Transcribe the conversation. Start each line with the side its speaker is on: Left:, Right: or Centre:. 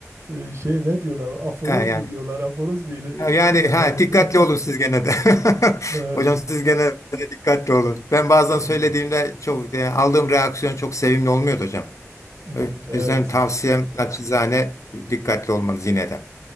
Right: e, şey ne diyorlar? Aforoz
Left: e, yani
Right: mu diyorlar? Aforoz mu ile-
Left: Ha, Yani
Right: ederler
Left: ha, dikkatli
Right: beni?
Left: olun
Right: <laughs>
Left: siz gene de. <laughs>
Right: Evet.
Left: Hocam siz gene de dikkatli olun. Ben bazen
Right: Tamam.
Left: söylediğimde çok yani aldığım reaksiyon çok sevimli olmuyordu hocam.
Right: Hmm,
Left: O
Right: evet.
Left: yüzden tavsiyem naçizane dikkatli olmanız yine de.